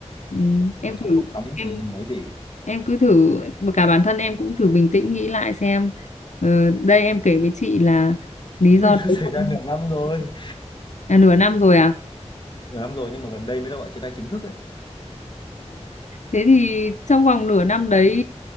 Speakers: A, on the left; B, on the left.
A: ừ,
B: là
A: em thử
B: trong lúc nắm
A: em
B: gì thì nói gì.
A: em cứ thử mà cả bản thân em cũng thử bình tĩnh nghĩ lại xem ờ, đây em kể với chị là lý
B: <laughs>
A: do
B: Nó
A: đấy
B: xảy
A: không
B: ra nửa năm rồi.
A: à nửa năm rồi à
B: Nửa năm rồi nhưng mà gần đây mới là gọi chia tay chính thức ấy.
A: Thế thì trong vòng nửa năm đấy